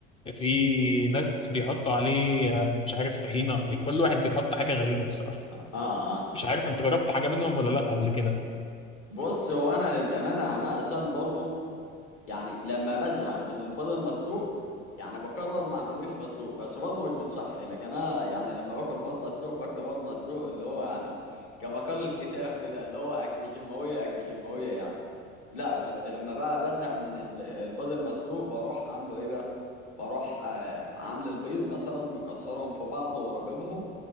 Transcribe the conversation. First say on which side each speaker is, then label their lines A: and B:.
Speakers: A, on the left (about 15°); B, on the left (about 40°).
A: في ناس بيحطوا عليه آه، مش عارف طحينه يعني كل واحد بيحط حاجه غريبه بصراحه
B: اه اه
A: مش عارف انت جربت حاجه منهم ولا لا قبل كده بقى
B: بص هو انا للامانه انا اساسا برضو يعني لما بزهق من البيض المسلوق يعني بقرر ما اعملوش مسلوق بس برضه بيكون صحي لكن انا يعني لما باكل بيض مسلوق باكل بيض مسلوق اللي هو يعني كما قال الكتاب كده اللي هو اكل جماويه اكل جماويه يعني لا بس لما بقى بزهق من ال- البيض المسلوق بروح عامله ايه بقى بروح آه، عامل البيض مثلا مكسرهم في بعضه وربيبهم